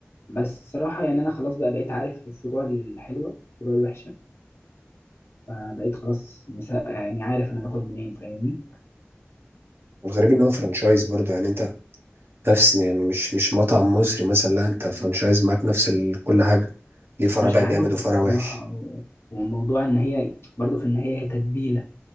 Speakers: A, on the left (about 65°); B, on the right (about 60°).
A: بس صراحه يعني انا خلاص بقى بقيت عارف الفروع الحلوه الفروع الوحشه فبقيت خلاص مس- يعني عارف انا باكل منين فاهمني
B: والغريب ان هو فرانشايز برضه يعني انت نفس يعني مش مش مطعم مصري مثلا لا انت فرانشايز معاك نفس ال... كل حاجة ليه فرع
A: مش
B: بقى
A: عارف
B: جامد وفرع
A: الصراحة
B: وحش
A: و- وموضوع إن هي برضه في النهاية هي تتبيلة